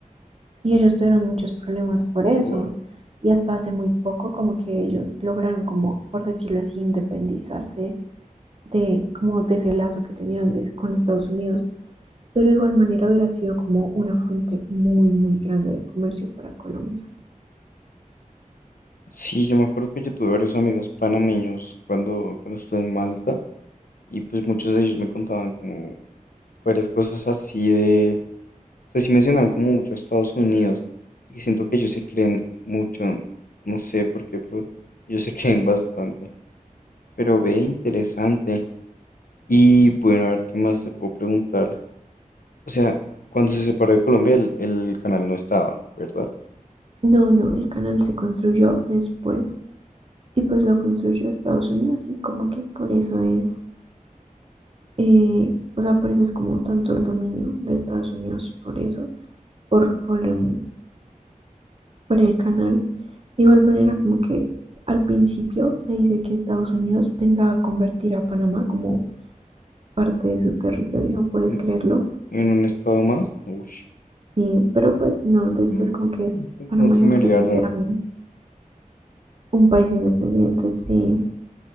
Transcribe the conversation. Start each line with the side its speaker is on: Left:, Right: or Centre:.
Right: y ellos tuvieron muchos problemas por eso
Left: Wow.
Right: y hasta hace muy poco como que ellos lograron como por decirlo así independizarse de como de ese lazo que tenían de- con Estados Unidos pero de igual manera hubiera sido como una fuente muy muy grande de comercio para Colombia
Left: Sí, yo me acuerdo que yo tuve varios amigos panameños cuando, cuando estuve en Malta y pues muchos de ellos me contaban como varias cosas así de, o sea, sí mencionaban como mucho a Estados Unidos y siento que ellos se creen mucho, no sé por qué, pero ellos se <laughs> creen bastante. Pero ve, interesante. Y bueno, a ver qué más te puedo preguntar. O sea, cuando se separó de Colombia el, el canal no estaba, ¿verdad?
Right: No, no, el canal se construyó después y pues lo construyó Estados Unidos y como que por eso es, eh, o sea, por eso es como tanto el dominio de Estados Unidos, por eso, por, por, um, por el canal. De igual manera como que al principio se dice que Estados Unidos pensaba convertir a Panamá como parte de su territorio, ¿puedes
Left: En
Right: creerlo?
Left: en un estado más, ush,
Right: Sí, pero pues no, después
Left: mm,
Right: como que
Left: no se
Right: Panamá
Left: no se
Right: dijo
Left: me
Right: que
Left: haría
Right: pues
Left: raro.
Right: era un, un país independiente, sí.